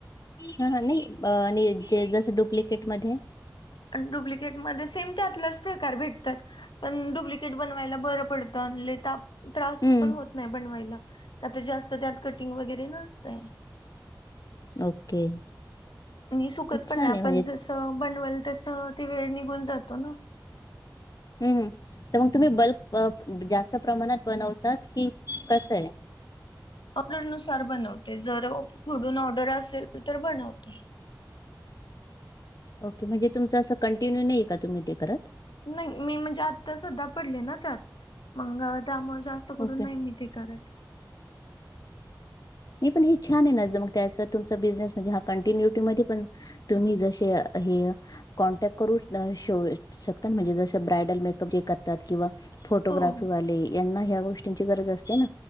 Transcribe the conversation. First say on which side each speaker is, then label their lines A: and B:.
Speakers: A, on the left; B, on the left.
A: हा हा नाही आणि जे जसं डुप्लिकेट मध्ये
B: आणि डुप्लिकेटमध्ये सेम त्यातलाच प्रकार भेटतात. पण डुप्लिकेट बनवायला बरं पडतं आन लई ताप त्रास
A: हम्म
B: पण होत नाही बनवायला का तर जास्त त्यात कटिंग वगैरे नसतय.
A: ओके.
B: अन ही सुकत पण
A: छान
B: नाय आपण
A: आहे म्हणजे
B: जसं बनवाल तसं ती वेळ निघून जातो ना.
A: हम्म हम्म तर मग तुम्ही बल्क जास्त प्रमाणात बनवतात कि कसं आहे?
B: ऑर्डरनुसार बनवते जर दुडून ऑर्डर असेल तर बनवते.
A: ओके म्हणजे तुमचं असं कंटिन्यू नाही का तुम्ही ते करत.
B: नाही मी म्हणजे आता सध्या पडले ना त्यात मंगा त्यामुळे जास्त करून
A: ओके.
B: नाही मी ते करत.
A: नाही पण हे छान आहे ना जा मग त्याचा तुमचा बिझनेस म्हणजे हा कंटिन्युटी मध्ये पण तुम्ही जशेय हेय कॉन्टॅक्ट करून शोव शकतात म्हणजे जसं ब्रायडल मेकअप जे करतात किंवा फोटोग्राफीवाले
B: हो हो
A: यांना ह्या गोष्टींची गरज असते ना